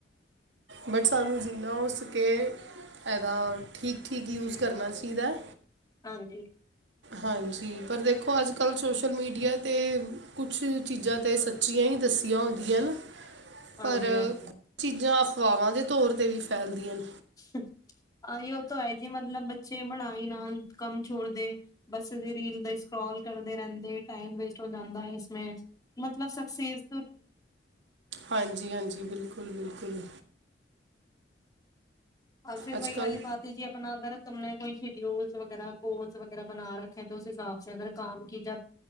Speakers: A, on the right; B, on the left.
A: ਬਟ ਸਾਨੂੰ ਜਿੰਨਾ ਹੋ ਸਕੇ ਇਹਦਾ ਠੀਕ ਠੀਕ ਯੂਸ ਕਰਨਾ ਚਾਹੀਦਾ।
B: ਹਾਂਜੀ।
A: ਹਾਂਜੀ ਪਰ ਦੇਖੋ ਅੱਜ, ਕੱਲ੍ਹ ਸੋਸ਼ਲ ਮੀਡੀਆ 'ਤੇ ਕੁਛ ਚੀਜ਼ਾਂ ਤਾਂ ਸੱਚੀਆਂ ਹੀ ਦੱਸ ਹੁੰਦੀਆਂ ਹਨ
B: ਹਾਂਜੀ-ਹਾਂਜੀ
A: ਪਰ ਕੁਝ ਚੀਜ਼ਾਂ ਅਫਵਾਹਾਂ ਦੇ ਤੌਰ 'ਤੇ ਵੀ ਫੈਲਦੀਆਂ ਹਨ
B: ਹ ਇਹ ਤਾਂ ਹੈ ਜੀ ਮਤਲਬ ਬੱਚੇ ਬਣਾ ਨਾਲ ਕੰਮ ਛੋੜਦੇ ਬਸ ਰੀਲ ਦਾ ਸਕੋਲ ਕਰਦੇ ਰਹਿੰਦੇ ਟਾਈਮ ਵੇਸਟ ਹੋ ਜਾਂਦਾ ਹੈ। ਮਤਲਬ ਸਕਸੇਸ
A: ਹਾਂਜੀ, ਹਾਂਜੀ, ਬਿਲਕੁਲ, ਬਿਲਕੁਲ
B: ਫੇਿਰ
A: ਅੱਜ
B: ਵਹੀ ਵਾਲੀ
A: ਕੱਲ
B: ਭਤੀ ਜੀ ਆਪਣਾ ਗਰਤ ਤ ਨੇ ਕੋਈ ਸ਼ਡਊਲਸ ਵਗੈਰਾ। ਗੋਲਸ ਵਗੈਰਾ ਬਣਾ ਰੱਖੇ ਤਾਂ ਉਸ ਹਿਸਾਬ ਅਗਰ ਕੰਮ ਕੀ ਜਾ